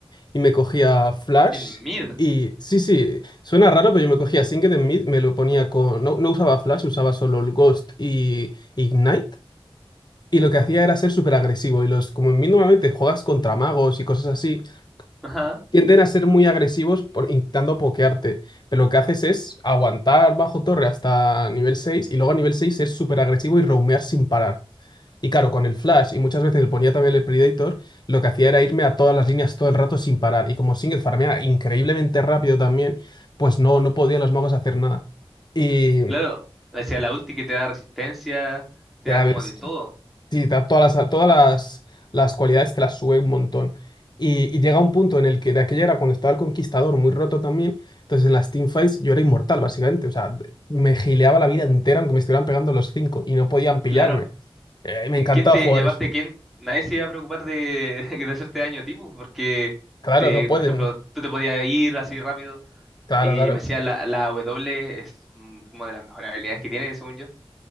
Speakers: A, on the left; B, in the centre.
A: y me cogía Flash.
B: En mid,
A: Y sí, sí, suena raro, pero yo me cogía Singed en mid, me lo ponía con. No, no usaba Flash, usaba solo el Ghost y Ignite. Y lo que hacía era ser súper agresivo. Y los, como en mí normalmente juegas contra magos y cosas así,
B: ajá,
A: tienden a ser muy agresivos por, intentando pokearte. Pero lo que haces es aguantar bajo torre hasta nivel 6 y luego a nivel 6 ser súper agresivo y roamear sin parar. Y claro, con el flash y muchas veces ponía también el Predator, lo que hacía era irme a todas las líneas todo el rato sin parar. Y como Singed farmea increíblemente rápido también, pues no, no podían los magos hacer nada. Y,
B: claro, decía la ulti que te da resistencia, te
A: ¿sabes?
B: da como de todo,
A: Sí, da todas las, todas las, las cualidades te las sube un montón. Y, y llega un punto en el que de aquella era cuando estaba el conquistador muy roto también, entonces en las teamfights yo era inmortal básicamente, o sea, d- me gileaba la vida entera aunque me estuvieran pegando los cinco y no podían pillarme.
B: claro.
A: Eh, y me
B: Qui-
A: encantaba
B: ¿Quién te,
A: jugar
B: y aparte
A: eso.
B: quién, nadie se iba a preocupar de, <laughs> de hacerte daño tipo porque
A: Claro,
B: te,
A: no pueden,
B: por ejemplo, tú te podías ir así rápido
A: claro,
B: y
A: claro.
B: me decía la, la W es mm, como de las mejores habilidades que tiene, según yo